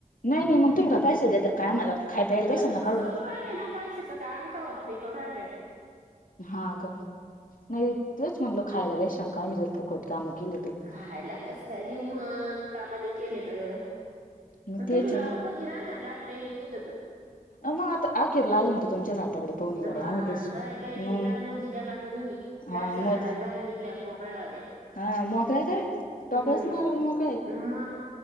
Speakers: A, on the left; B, on the right.
A: नाही नाही मग तुम्ही काय पैसें देतात काय आम्हाला. खाय प्यायला द्याशाल
B: आता
A: ना काढून
B: करू राहिले ना पैसेच काम होत नाही करू राहिले ना.
A: हा का नाही तेंच म्हणल खायला काही शंका आम्ही जर फुकट कामं केली तर
B: खायला कस काय देऊ मग काम नाही केले तर.
A: मग
B: अन
A: तेच
B: तुम्ही का
A: आहे ना
B: उपाशी राहसाल का नाही बी दिल तर
A: मग आता अखेरला अजून तर तुमच्याच हाताकडे पाहुणे गाड्या
B: हा
A: आम्ही काहीच
B: काय काही नाही
A: मग
B: काय मोजी द्या कानू तुम्ही
A: हा
B: जरशा
A: मग
B: घराज बाहेर निघल्या की मोकळ्या होत्या.
A: हा मोकळ्या तर आहे डोकड्यास
B: हम्म
A: मारायला मोकळ्या आहे
B: मग